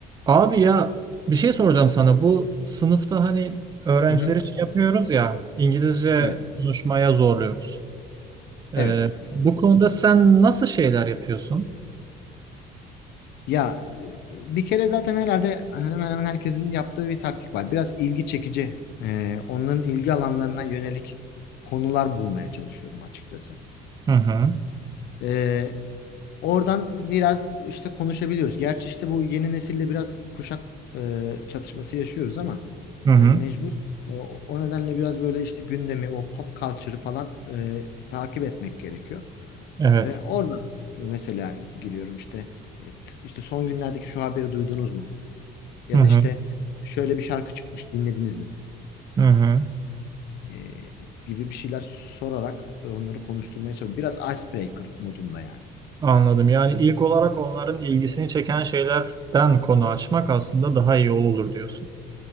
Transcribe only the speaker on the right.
Abi ya bir şey soracağım sana. Bu sınıfta hani öğrencileri
şey yapıyoruz ya İngilizce
konuşmaya zorluyoruz. Ee,
bu konuda sen nasıl şeyler yapıyorsun?
Hı hı.
Hı hı.
Evet.
Hı hı.
Hı hı.
Anladım. Yani ilk olarak onların ilgisini çeken şeylerden konu açmak aslında daha iyi olur diyorsun.